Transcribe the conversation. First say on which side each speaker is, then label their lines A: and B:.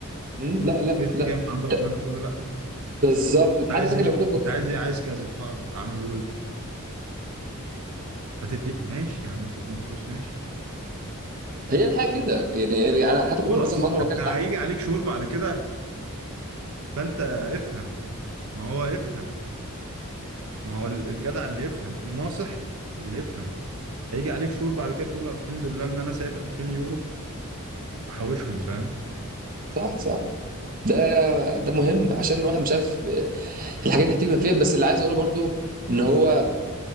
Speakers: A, on the right (about 40°); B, on the right (about 70°).
A: مم، لا لا
B: رزق
A: لا
B: جاي من عند ربنا
A: ت-
B: تقول له لا
A: بالظبط
B: انت
A: انت
B: عايز
A: حتى فاكر
B: ايه
A: لما كنت بك...
B: انت عايز ايه عايز كذا حاضر اعمله لك هتدي ماشي يا عم هتديني فلوس ماشي
A: هي الحاجه كده يعني يعني انا حتى كنت
B: فرص
A: مثلا مره بكلم
B: انت هيجي
A: احمد
B: عليك شهور بعد كده فانت افهم ما هو افهم ما هو ال- الجدع اللي يفهم الناصح اللي يفهم هيجي عليك شهور بعد كده تقول الحمد لله ان انا سايب 2000 يورو محوشهم فاهم
A: صح صح ده ده مهم عشان الواحد مش عارف الحاجات دي بتيجي من فين بس اللي عايز اقوله برضو ان هو